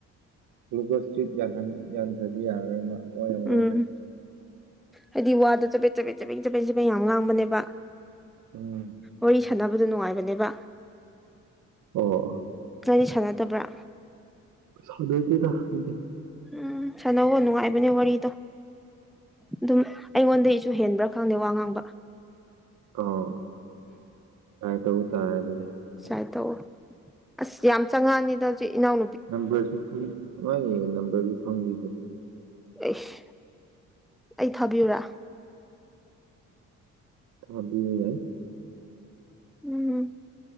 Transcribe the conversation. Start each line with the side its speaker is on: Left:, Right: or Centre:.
Right: ꯒ꯭ꯂꯨꯀꫭꯁ ꯗ꯭ꯔꯤꯞ ꯌꯥꯟꯍꯟ ꯌꯥꯟꯗ꯭ꯔꯗꯤ ꯌꯥꯔꯔꯣꯏ ꯃꯥ ꯋꯥ ꯌꯥꯝ ꯉꯥꯡꯈ꯭ꯔꯦ
Centre: ꯎꯝ ꯍꯥꯏꯗꯤ ꯋꯥꯗꫭ ꯆꯕꯦꯠ ꯆꯄꯦꯠ ꯆꯄꯦꯠ ꯆꯄꯦꯠ ꯆꯠꯄꯦꯠ ꯌꯥꯝ ꯉꯥꯡꯕꯅꯦꯕ
Right: ꯎꯝ
Centre: ꯋꯥꯔꯤ ꯁꯥꯟꯅꯕꯗ ꯅꯨꯡꯉꯥꯏꯕꯅꯦꯕ
Right: ꯑꯣ
Centre: ꯅꯪꯗꯤ ꯁꯥꯟꯅꯗꯕ꯭ꯔ
Right: ꯁꯥꯟꯅꯗꯦꯗ ꯑꯩꯗꯤ
Centre: ꯎꯝ ꯁꯥꯟꯅꯧꯋꫭ ꯅꯨꯡꯉꯥꯏꯕꯅꯦ ꯋꯥꯔꯤꯗꯣ ꯑꯗꯨꯝ ꯑꯩꯉꯣꯟꯗꯩꯁꯨ ꯍꯦꯟꯕ꯭ꯔ ꯈꯪꯗꯦ ꯋꯥ ꯉꯥꯡꯕ
Right: ꯑꯣ ꯇ꯭ꯔꯥꯏ ꯇꯧꯕ ꯇꯥꯔꯦ ꯑꯗꯨꯗꯤ
Centre: ꯆꯥꯏ ꯇꯧ ꯑꯁ ꯌꯥꯝ ꯆꯪꯉꯛꯑꯅꯤꯗ ꯍꯧꯖꯤꯛ ꯏꯅꯥꯎ
Right: ꯅꯝꯕꯔꯖꯨ <unintelligible> ꯃꯥꯥꯏ ꯅꯝꯕꯔꯖꯨ <unintelligible>
Centre: ꯑꯩꯁ ꯑꯩ ꯊꯥꯕꯤꯌꯨꯨꯔ
Right: ꯊꯥꯕꯤꯌꯨ ꯌꯥꯏ
Centre: ꯎꯝ